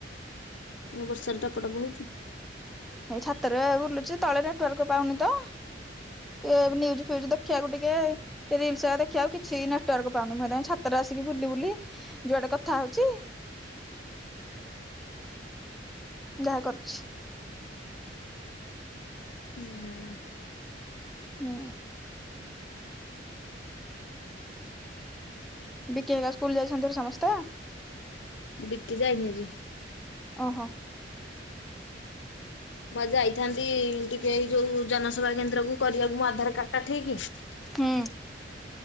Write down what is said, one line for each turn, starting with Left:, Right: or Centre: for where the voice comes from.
Left: ଆ ବର୍ଷାରେ ଟପ ଟପ ହଉଚୁ।
Centre: ଏଇ ଛାତେରେ ବୁଲୁଚି ତଳେ ନେଟୱାର୍କ ପାଉନି ତ। ଟିକେ ନ୍ୟୁଜ ଫିଉଜ ଦେଖିଆକୁ ଟିକେ। ରିଲସ ହେରିକା ଦେଖିବାକୁ କିଛି ନେଟୱର୍କ ପାଉନି, ମୁଁ ସେଥିପାଇଁ ଛାତରେ ଆସିକି ବୁଲି ବୁଲି। ଯୁଆଡେ କଥା ହଉଚି। ଯାହା କରୁଚି।
Left: ହୁଁ।
Centre: ହୁଁ। ବିକି ହେରିକା ସ୍କୁଲ ଯାଇଚନ୍ତି ସମସ୍ତେ?
Left: ବିିକି ଯାଇନି ଆଜି।
Centre: ଓହୋ।
Left: ମୁଁ ଆଜି ଯାଇଥାନ୍ତି ଟିକେ ଏଇ ଯୋଉ ଜନସେବା କେନ୍ଦ୍ର କୁ କରିଆକୁ ମୋ ଆଧାର କାର୍ଡଟା ଠିକ୍।
Centre: ହୁଁ।